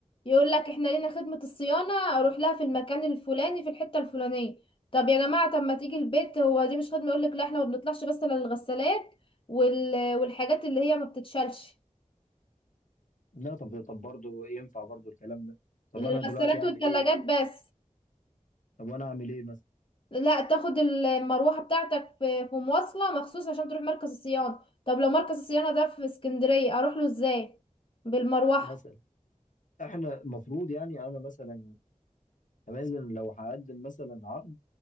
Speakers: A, on the left; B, on the left.
A: يقول لك احنا لينا خدمة الصيانة اروح لها في المكان الفلاني في الحتة الفلانية طب يا جماعة طب ما تيجي البيت هو دي مش خدمة يقول لك لا احنا ما بنطلعش بس للغسالات وال... والحاجات اللي هي ما بتتشالش
B: لا طب طب برضه ينفع برضه الكلام ده طب
A: الغسالات
B: انا دلوقتي اعمل
A: والثلاجات
B: ايه مثلا
A: بس
B: طب وانا اعمل ايه مثلا
A: لا تاخد المروحة بتاعتك في في مواصلة مخصوص عشان تروح مركز الصيانة طب لو مركز الصيانة ده في اسكندرية اروح له ازاي بالمروحة
B: مثلا احنا المفروض يعني انا مثلا امازون لو هقدم مثلا عرض